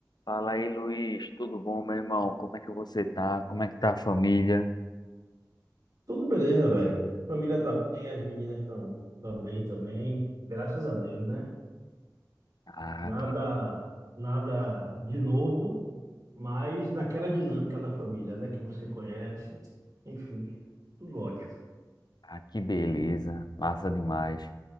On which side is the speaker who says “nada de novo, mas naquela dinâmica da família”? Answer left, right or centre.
Right